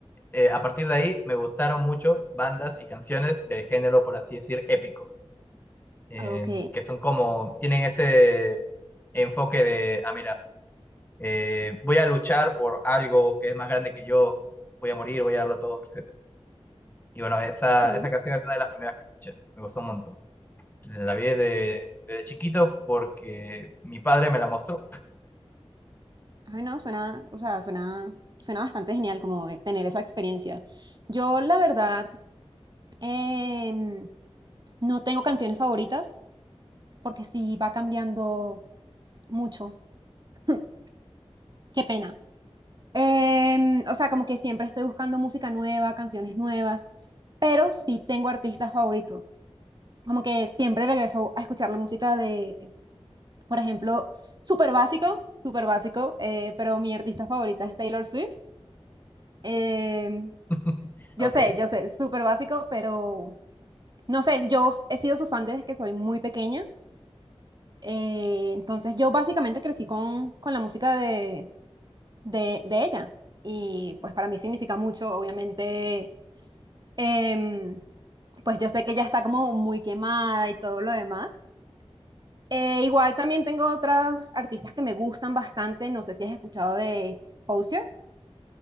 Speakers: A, on the left; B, on the right.
A: eh, a partir de ahí me gustaron mucho bandas y canciones del género, por así decir, épico, en-
B: Ok.
A: que son como, tienen ese enfoque de, ah, mira, eh, voy a luchar por algo que es más grande que yo, voy a morir, voy a darlo todo, etc. Y bueno, esa,
B: Sí.
A: esa canción es una de las primeras que escuché. Me gustó un montón. La vi de, de chiquito porque mi padre me la mostró.
B: Ay, no, suena, o sea, suena, suena bastante genial como de tener esa experiencia. Yo, la verdad, em, No tengo canciones favoritas porque sí va cambiando mucho. <laughs> Qué pena. Em, o sea, como que siempre estoy buscando música nueva, canciones nuevas, pero sí tengo artistas favoritos. Como que siempre regreso a escuchar la música de, por ejemplo, súper básico, súper básico, eh, pero mi artista favorita es Taylor Swift. Em,
A: <laughs>
B: yo
A: Ok.
B: sé, yo sé, súper básico, pero no sé, yo he sido su fan desde que soy muy pequeña. Eh, entonces yo básicamente crecí con, con la música de, de, de ella y pues para mí significa mucho, obviamente, em, pues yo sé que ella está como muy quemada y todo lo demás. Eh, igual también tengo otras artistas que me gustan bastante, no sé si has escuchado de Osier.